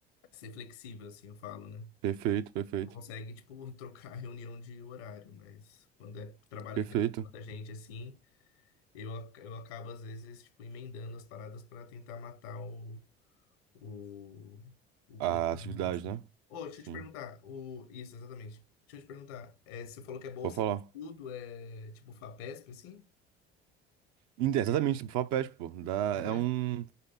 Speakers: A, on the left; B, on the right.
A: ser flexível, assim, eu falo, né?
B: Perfeito, perfeito.
A: Não consegue, tipo, <laughs> trocar a reunião de horário, mas quando é trabalho
B: Perfeito.
A: que depende da gente, assim, eu, ac- eu acabo, às vezes, tipo, emendando as paradas pra tentar matar o o, o
B: A
A: quanto
B: atividade,
A: antes, assim.
B: né?
A: Ô, deixa
B: Sim.
A: eu te perguntar, o, isso, exatamente. Deixa eu te perguntar, é, você falou que é bolsa
B: Pode falar.
A: de estudo, é tipo FAPESP, assim?
B: Inte- Exatamente, tipo, Fapest, pô. Dá,
A: FAPESP?
B: é um.